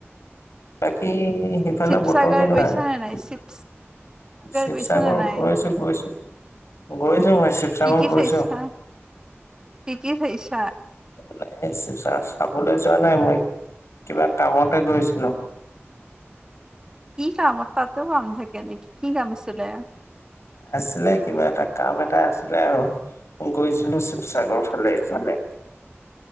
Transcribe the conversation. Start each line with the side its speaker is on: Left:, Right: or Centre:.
Left: বাকি <unintelligible> এই সিফালে
Right: শিৱসাগৰ
Left: বতৰ কেনেকুৱা
Right: গৈছা
Left: আজি
Right: নে নাই শিৱ
Left: শিৱসাগৰ
Right: গৈছা নে নাই
Left: গৈছো গৈছো গৈছো মই শিৱসাগৰ
Right: কি কি
Left: গৈছো
Right: চাইছা কি কি চাইছা <unintelligible>
Left: নাই যোৱা চাবলৈ <unintelligible> যোৱা নাই মই কিবা কামতে গৈছিলো
Right: কি কামত তাতেও কাম থাকে নেকি কি কাম আছিলে
Left: আছিলে কিবা এটা কাম এটা আছিলে আৰু গৈছিলো শিৱসাগৰ ফালে ইফালে